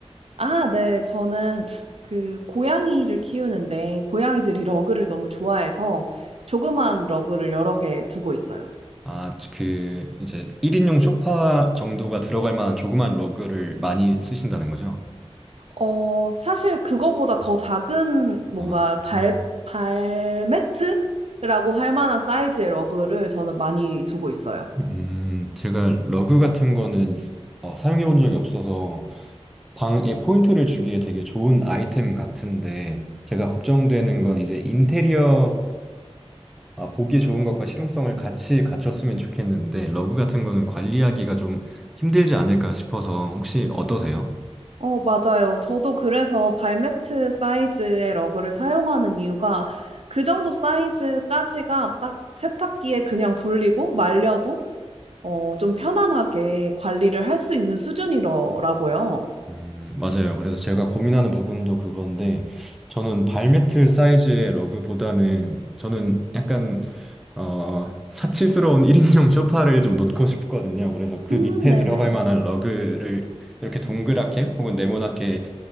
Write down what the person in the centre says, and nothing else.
아, 그 이제 1인용 소파 정도가 들어갈 만한 조그만 러그를 많이 쓰신다는 거죠?
아,
음,
음, 제가 러그 같은 거는 어, 사용해 본 적이 없어서 방에 포인트를 주기에 되게 좋은 아이템 같은데 제가 걱정되는 건 이제 인테리어와 아, 보기 좋은 것과 실용성을 같이 갖췄으면 좋겠는데 러그 같은 거는 관리하기가 좀 힘들지 않을까 싶어서 혹시 어떠세요?
음, 맞아요. 그래서 제가 고민하는 부분도 그건데, 저는 발매트 사이즈의 러그보다는, 저는 약간, 어, 사치스러운 <laughs> 1인용 소파를 좀 놓고 싶거든요. 그래서 그
밑에
들어갈 만한 러그를 이렇게 동그랗게 혹은 네모나게